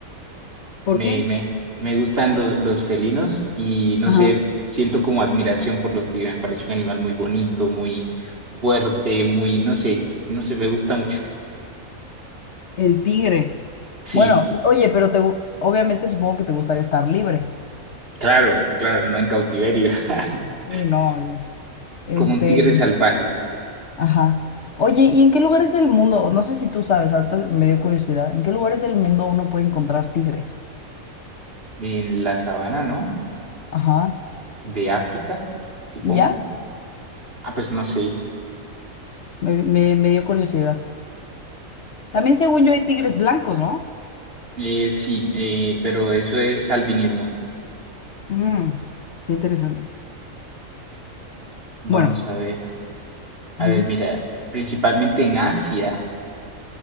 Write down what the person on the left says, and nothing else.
¿Por
qué?
Ajá,
el tigre.
Bueno, oye, pero te, gu- obviamente supongo que te gustaría estar libre.
Sí, no, oye. Este,
Ajá. Oye, ¿y en qué lugares del mundo? No sé si tú sabes, ahorita me dio curiosidad. ¿En qué lugares del mundo uno puede encontrar tigres?
Ajá.
¿Y ya?
Me, me, me dio curiosidad. También según yo hay tigres blancos, ¿no?
Mm, qué interesante.
Bueno.
ujú.